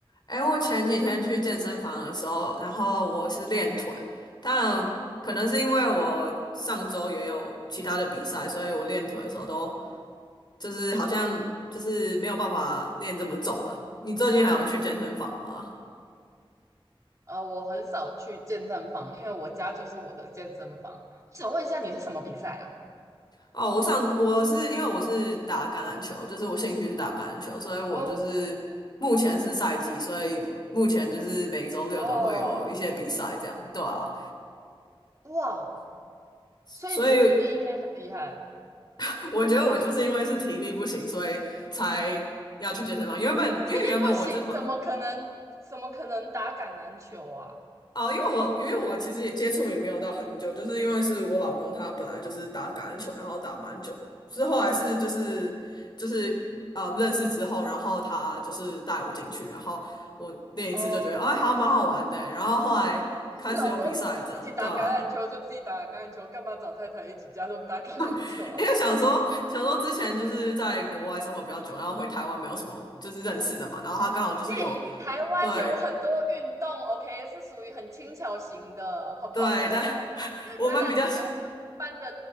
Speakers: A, on the left (about 50°); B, on the right (about 35°).
A: 哎，我前几天去健身房的时候，然后我是练腿，但可能是因为我上周也有其他的比赛，所以我练腿的时候都就是好像就是没有办法练这么重了。你最近还有去健身房吗？
B: 呃，我很少去健身房，因为我家就是我的健身房。我想问一下，你是什么比赛啊？
A: 哦，我上我是因为我是打橄榄球，就是我兴趣是打橄榄球，所以我就是目前是赛季，
B: 哦
A: 所以目前就是每周六都会有一些比赛，
B: 哦，
A: 这样对啊。
B: 哇，所以你体力应该很厉害，
A: 所以 <laughs> 我觉得我就是因为是体力不行，
B: <laughs> 因为
A: 所以才要去健身房。原本因为原本我真是嘛，
B: 体力不行，怎么可能怎么可能打橄榄球啊？
A: 哦，因为我因为我其实也接触也没有到很久，就是因为是我老公他本来就是打橄榄球，然后打蛮久的，是后来是就是就是呃认识之后，然后他就是带我进去，然后我练一次就觉得哎还蛮好玩的欸，
B: 哦，
A: 然后后来开始有比赛着，
B: 可是老公自己打橄榄球就自己打橄榄球，
A: 对啊。
B: 干嘛找太太一起加入打橄榄球啊？
A: <laughs> 因为想说，想说之前就是在国外生活比较久，然后回台湾没有什么就是认识的嘛，然后他刚好就是有
B: 嘿，台湾有很多运动，OK，
A: 对
B: 是属于很轻巧型的，好不好？
A: 对，
B: 不用那种，
A: 但 <laughs>
B: 因为橄榄球我们一般的
A: 我们比较，